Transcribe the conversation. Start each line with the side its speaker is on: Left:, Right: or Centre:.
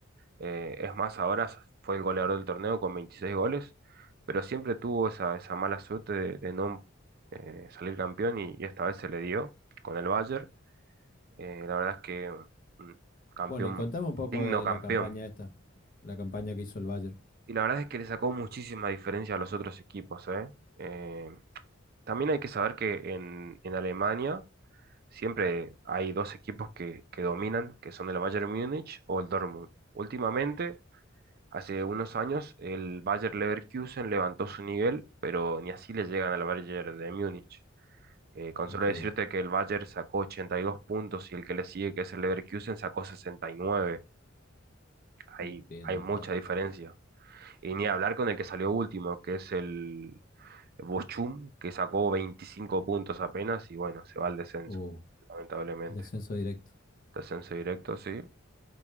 Right: Eh, es más, ahora fue el goleador del torneo con 26 goles, pero siempre tuvo esa, esa mala suerte de, de no eh, salir campeón y, y esta vez se le dio con el Bayern. Eh, la verdad es que un campeón,
Left: Bueno, y contame un poco
Right: digno
Left: de
Right: campeón,
Left: la campaña esta, la campaña que hizo el Bayern.
Right: Y la verdad es que le sacó muchísima diferencia a los otros equipos, ¿eh? Eh, también hay que saber que en, en Alemania siempre hay dos equipos que, que dominan, que son el Bayern Múnich o el Dortmund. Últimamente, hace unos años, el Bayer Leverkusen levantó su nivel, pero ni así le llegan al Bayern de Múnich. Eh, con
Left: Ok,
Right: solo decirte que el Bayern sacó 82 puntos y el que le sigue, que es el Leverkusen, sacó 69. Ahí
Left: entiendo,
Right: hay mucha
Left: claro.
Right: diferencia. Y ni hablar con el que salió último, que es el, Bochum, que sacó 25 puntos apenas y bueno, se va al descenso,
Left: Uh,
Right: lamentablemente.
Left: Al descenso directo.
Right: Descenso directo, sí.